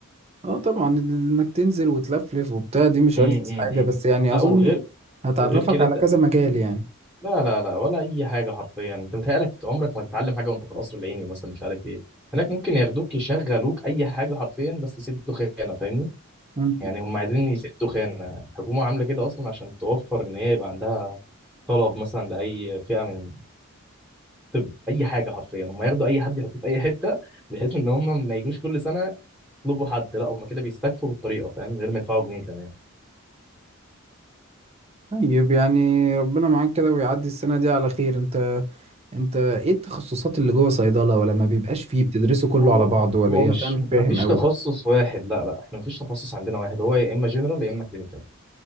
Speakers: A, on the right (about 30°); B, in the centre.
A: اه طبعا انك تنزل وتلفلف وبتاع دي مش
B: امم
A: ألذ
B: امم
A: حاجة بس يعني
B: لا
A: اظن
B: وغير
A: هتعرفك
B: وغير كده
A: على
B: ت-
A: كذا مجال يعني
B: لا لا لا ولا اي حاجه حرفيا انت متهيألك عمرك ما تتعلم حاجه وانت في القصر العيني مثلا مش عارف ايه هناك ممكن ياخدوك يشغلوك اي حاجه حرفيا بس يسدوا خانه فاهمني
A: مم.
B: يعني هم عايزين يسدوا خانه الحكومه عامله كده اصلا عشان توفر ان هي يبقى عندها طلب مثلا لاي فئه من الطب اي حاجه حرفيا هم ياخدوا اي حد يحطوه في اي حته بحيث ان هم ما يجوش كل سنه يطلبوا حد لا هم كده بيستكفوا بالطريقه فاهم من غير ما يدفعوا جنيه كمان
A: طيب يعني ربنا معاك كده ويعدي السنة دي على خير انت انت ايه التخصصات اللي جوه صيدلة ولا ما بيبقاش فيه بتدرسوا كله
B: هو
A: على بعضه ولا
B: هو
A: ايه
B: مش
A: عشان أنا مش
B: مفيش
A: فاهم قوي
B: تخصص واحد لا لا احنا مفيش تخصص عندنا واحد هو يا اما جنرال يا اما كلينيكال